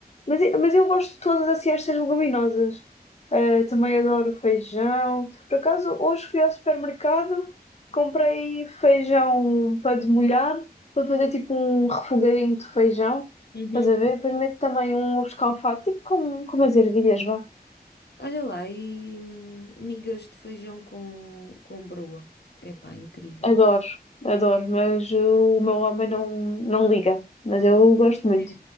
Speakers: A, on the left; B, on the left.
A: Mas, eu- mas eu gosto de todas assim, estas leguminosas. Eh, também adoro feijão. Por acaso, hoje fui ao supermercado, comprei feijão para demolhar, para fazer tipo um refogadinho de feijão.
B: Uhum.
A: Estás a ver? Depois meto também um ovo escalfado, tipo como, como as ervilhas, vá.
B: Olha lá, e hum, migas de feijão com, com broa. Epá, incrível.
A: Adoro, adoro, mas o meu homem não, não liga. Mas eu gosto muito.
B: É.